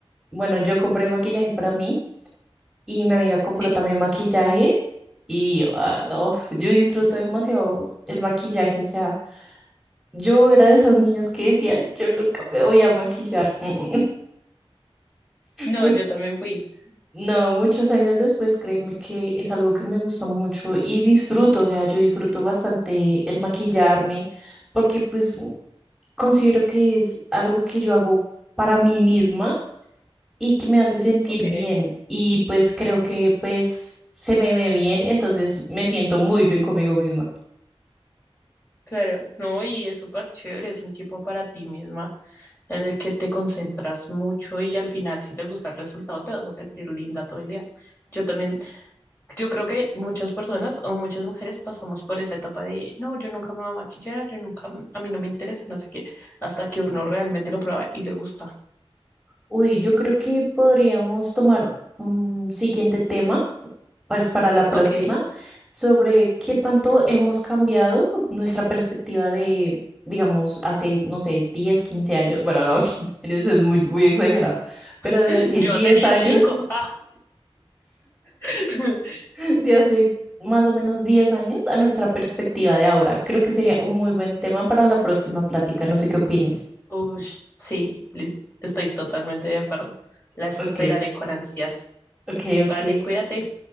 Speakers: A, in the centre; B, on the left (about 20°).
A: bueno yo compré maquillaje para mí y mi amiga compró
B: sí.
A: también maquillaje y ah, no, yo disfruto demasiado el maquillaje o sea yo era de esos niños que decía yo nunca me voy a maquillar <laughs>
B: No,
A: Mucho
B: yo también fui.
A: No, muchos años después, créeme que es algo que me gusta mucho y disfruto, o sea, yo disfruto bastante el maquillarme porque pues considero que es algo que yo hago para mí misma y que me hace sentir
B: Ok,
A: bien y pues creo que pues se me ve bien, entonces me siento muy bien conmigo misma.
B: claro. No, y es súper chévere, es un tiempo para ti misma en el que te concentras mucho y al final si te gusta el resultado te vas a sentir linda todo el día. Yo también, yo creo que muchas personas o muchas mujeres pasamos por esa etapa de, no, yo nunca me voy a maquillar, yo nunca, m- a mí no me interesa, no sé qué, hasta que uno realmente lo prueba y le gusta.
A: Uy, yo creo que podríamos tomar un siguiente tema para, para la próxima
B: Ok,
A: sobre qué tanto hemos cambiado nuestra perspectiva de, digamos, hace, no sé, 10 15 años. Bueno, no, <laughs> 15 años es muy, muy exagerado, pero
B: <laughs>
A: de hace
B: yo
A: 10
B: tenía
A: años,
B: cinco. <laughs> Ah. <laughs>
A: <laughs> de hace más o menos diez años a nuestra perspectiva de ahora. Creo que sería un muy buen tema para la próxima plática. No sé qué opines.
B: Ush, sí, li- estoy totalmente de acuerdo. La esperaré
A: Ok,
B: con ansias.
A: ok, ok.
B: Vale, cuídate.